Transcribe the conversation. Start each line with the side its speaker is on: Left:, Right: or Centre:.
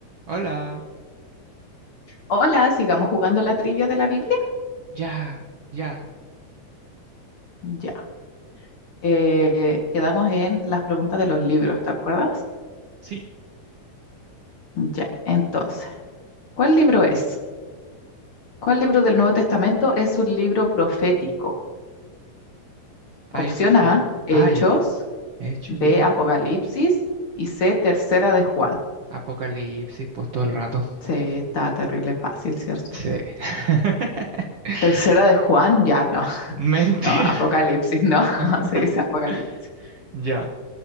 Right: Hola.
Left: Hola, sigamos jugando la trivia de la Biblia.
Right: Ya, ya.
Left: Ya. Eh, quedamos en las preguntas de los libros, ¿te acuerdas?
Right: Sí,
Left: Ya. Entonces, ¿cuál libro es? ¿Cuál libro del Nuevo Testamento es un libro profético?
Right: hay
Left: Opción
Right: opción.
Left: A, Hechos,
Right: Ah, ya. Hecho
Left: B,
Right: ya.
Left: Apocalipsis y C, Tercera de Juan.
Right: Apocalipsis, pues todo el rato.
Left: Sí, está terrible fácil, ¿cierto?
Right: Sí. <laughs>
Left: Tercera de Juan, ya no, <laughs>
Right: Mentira.
Left: no, Apocalipsis, no, <laughs>
Right: <laughs>
Left: se dice Apocalipsis.
Right: Ya,